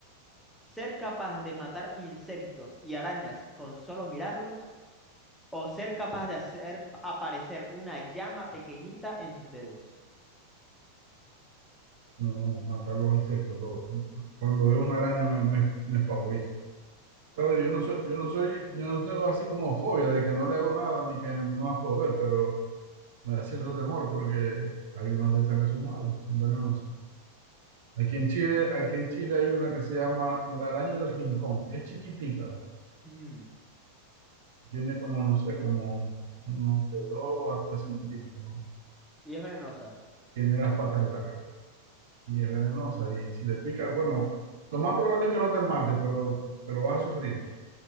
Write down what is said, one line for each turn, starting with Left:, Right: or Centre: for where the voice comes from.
Centre: ser capaz de matar insectos y arañas con solo mirarlos? O ser capaz de hacer aparecer una llama pequeñita en tus dedos.
Right: No, no, matar los insectos. lo- cuando veo una araña me, me, me espavorizo. Claro, yo no soy, yo no soy, yo no tengo así como fobia de que no le hago nada ni que no las puedo ver, pero me da cierto temor porque hay unas de esas que son malas, son venenosas. Aquí en Chile, aquí en Chile hay una que se llama la araña del rincón. Es chiquitica,
Centre: Mm,
Right: tiene como, no sé, como unos de 2 a 3 centímetros, ¿no?
Centre: Y es venenosa.
Right: Tiene las patas largas y es venenosa y si te pica, bueno, lo más probable es que no te mate, pero, pero vas a sufrir.